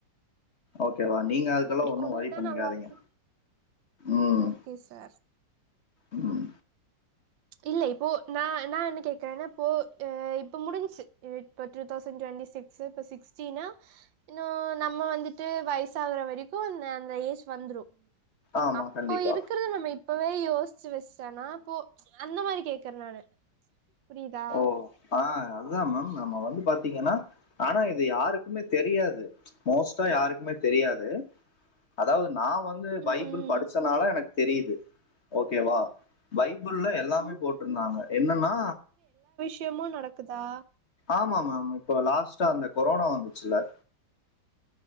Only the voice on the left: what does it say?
ஓகேவா நீங்க அதுக்கெல்லா
ஒன்னு
ஒரி
பண்ணிக்காதீங்க
உம்
உம்
ஆமா
கண்டிப்பா
ஓ ஆ அதுதா மேம் நம்ம வந்து பாத்தீங்கன்னா ஆனா இது யாருக்குமே தெரியாது மோஸ்டா யாருக்குமே தெரியாது அதாவது நா வந்து பைபிள்
படிச்சனால எனக்கு தெரியுது ஓகேவா பைபுள்ல எல்லாமே
போட்டு இருந்தாங்க என்னன்னா
ஆமா மேம் இப்ப லாஸ்ட்டா அந்த கொரோனா வந்துச்சுல